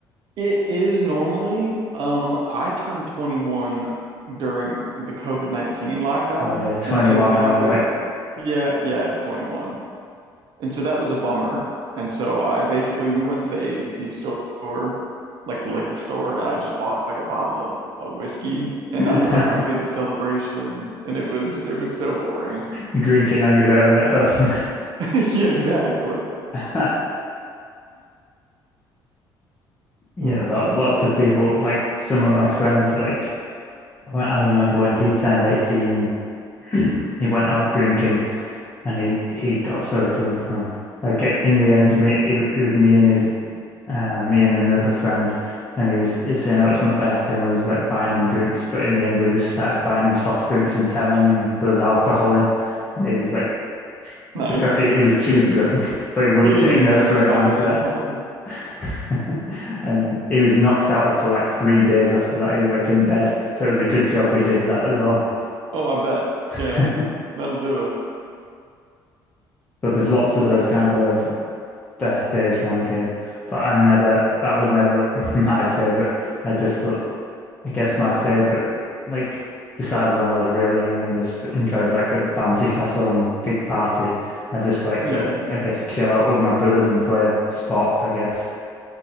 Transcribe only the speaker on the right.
It is normally. Um, I turned 21 during the COVID-19 lockdown,
and so that
was, yeah, yeah, it's 21. And so that was a bummer. And so I basically we went to the ABC store, like the liquor store, and I just bought like a bottle of a whiskey, and that
was like my big celebration. And it was it was so boring.
<laughs> Yeah, exactly.
Oh,
so
cool
though.
Nice.
He didn't
even
notice
by
the end, huh?
Oh, I bet.
Yeah. That'll do it.
Huh.
Yeah.